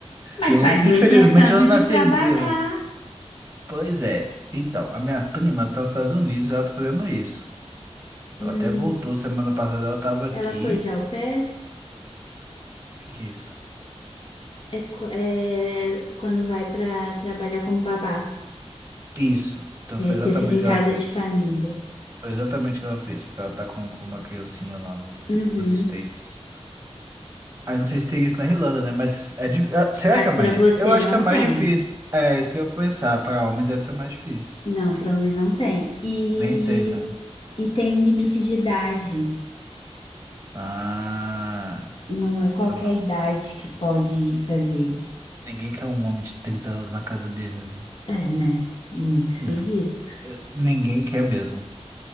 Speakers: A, on the left; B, on the right.
A: Mas
B: Eu não,
A: faz
B: infelizmente
A: o intercâmbio
B: eu não nasci
A: de trabalhar.
B: herdeiro. Pois é. Então, a minha prima tá nos Estados Unidos, ela tá fazendo isso.
A: Hum,
B: Ela até voltou semana passada, ela tava aqui.
A: ela foi de au pair?
B: O que que é isso?
A: É, qu- é quando vai pra trabalhar como babá.
B: Isso. Então
A: E
B: foi
A: aí
B: exatamente
A: você fica em
B: o que
A: casa
B: ela fez.
A: de família.
B: Foi exatamente o que ela fez, porque ela tá com, com uma criancinha lá no- no-
A: Uhum.
B: nos States. Aí não sei se teria isso na Irlanda, né? Mas é dif... ah, será
A: Mas
B: que é
A: pra
B: mais
A: você
B: difícil? Eu acho
A: não
B: que é mais
A: tem.
B: difícil. É, isso que eu ia pensar. Para homem deve ser mais difícil.
A: Não, pra mim não tem. E,
B: Nem tem, né?
A: e tem limite de idade.
B: Ah,
A: Não é qualquer
B: então não.
A: idade que pode fazer isso.
B: Ninguém quer um homem de 30 anos na casa deles, né?
A: É, né? Muito esquisito.
B: Não. Eu- Ninguém quer mesmo.